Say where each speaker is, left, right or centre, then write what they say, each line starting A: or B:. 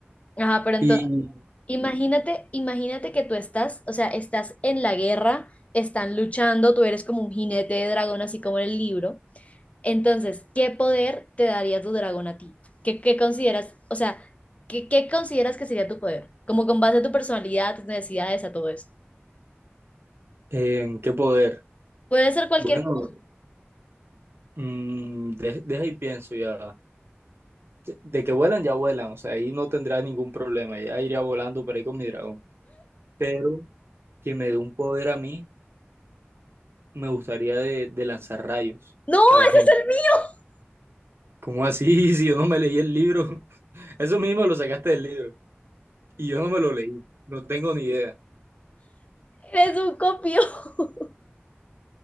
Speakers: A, on the left; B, on the right.
A: Ajá, pero entonces,
B: ¿Y
A: imagínate, imagínate que tú estás, o sea, estás en la guerra, están luchando, tú eres como un jinete de dragón, así como en el libro. Entonces, ¿qué poder te daría tu dragón a ti? ¿Qué, qué consideras, o sea, ¿qué, qué consideras que sería tu poder? Como con base a tu personalidad, tus necesidades, a todo eso.
B: en qué poder?
A: Puede ser cualquier
B: Bueno,
A: cosa.
B: mm, de- deja y pienso ya. De, de que vuelan, ya vuelan, o sea, ahí no tendrá ningún problema, ya iría volando por ahí con mi dragón. Pero que me dé un poder a mí, me gustaría de, de lanzar rayos
A: ¡No!
B: a la
A: ¡Ese
B: gente.
A: es el mío!
B: ¿Cómo así? <laughs> Si yo no me leí el libro, <laughs> eso mismo lo sacaste del libro y yo no me lo leí, no tengo ni idea,
A: <laughs> Eres un copión. <laughs>